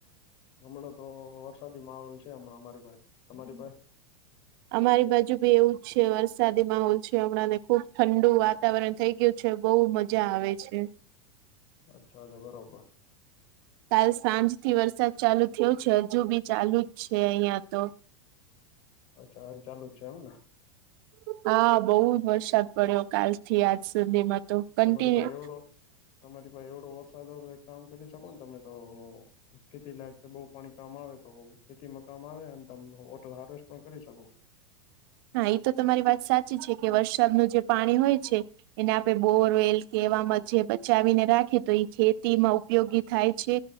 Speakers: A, on the left (about 50°); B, on the right (about 55°).
A: હમણાં તો વરસાદી માહોલ છે હમણાં અમારી પાહે તમારી પાસે
B: અમારી બાજુ ભી એવું જ છે વરસાદી માહોલ છે હમણાં ને ખુબ ઠંડુ વાતાવરણ થઈ ગયુ છે બહુ મજા આવે છે.
A: અચ્છા તો બરોબર
B: કાલ સાંજ થી વરસાદ ચાલુ થયો છે હજુ બી ચાલુ જ છે અહિયાં તો
A: અચ્છા હવે ચાલુ જ છે એમ ને
B: હા બઉ જ વરસાદ પડ્યો કાલ થી આજ સુધીમાં તો કન્ટિન્યુ
A: તમારી પાસે એવડો તમારી પાસે એવડો વરસાદ હો તો એક કામ કરી શકો ને તમે તો ખેતી લાયક તો બહુ પાણી કામ આવે તો ખેતીમાં કામ આવે તમે ઓટર હાર્વેસ્ટ પણ કરી શકો.
B: હા એ તો તમારી વાત સાચી છે કે વરસાદનું જે પાણી હોય છે. એને આપણે બોરવેલ કેવામાં જે બચાવીને રાખીએ તો એ ખેતીમાં ઉપયોગી થાય છે.